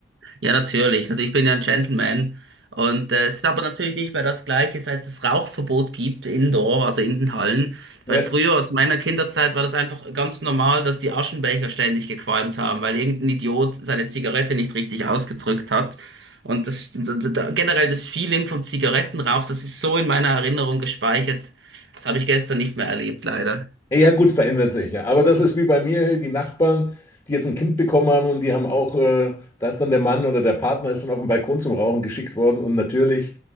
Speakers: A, on the right; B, on the left.
A: Ja, natürlich. Also ich bin ja ein Gentleman. Und äh, es ist aber natürlich nicht mehr das Gleiche, seit es Rauchverbot gibt, indoor, also in den Hallen.
B: Ja.
A: Weil früher, aus meiner Kinderzeit, war das einfach ganz normal, dass die Aschenbecher ständig gequalmt haben, weil irgendein Idiot seine Zigarette nicht richtig ausgedrückt hat. Und das, d- d- d- generell das Feeling vom Zigarettenrauch, das ist so in meiner Erinnerung gespeichert. Das habe ich gestern nicht mehr erlebt, leider.
B: Ja, gut, verändert sich, ja. Aber das ist wie bei mir, hey, die Nachbarn, die jetzt ein Kind bekommen haben und die haben auch, äh, da ist dann der Mann oder der Partner ist dann auf den Balkon zum Rauchen geschickt worden und natürlich